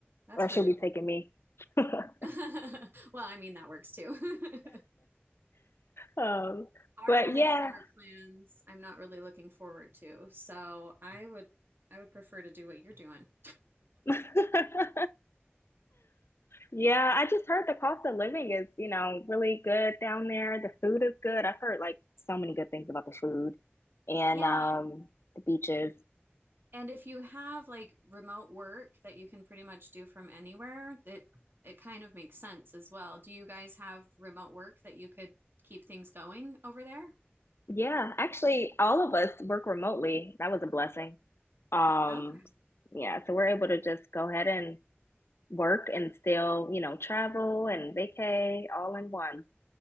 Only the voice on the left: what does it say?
Or she'll
be
taking me. <laughs>
Um,
but
yeah.
<laughs> Yeah, I just heard the cost of living is, you know, really good down there. The food is good. I've heard like so many good things about the food and
um the beaches.
Yeah, actually all of us work remotely. That was a blessing. Um
yeah, so we're able to just go ahead and work and still, you know, travel and vacay all in one.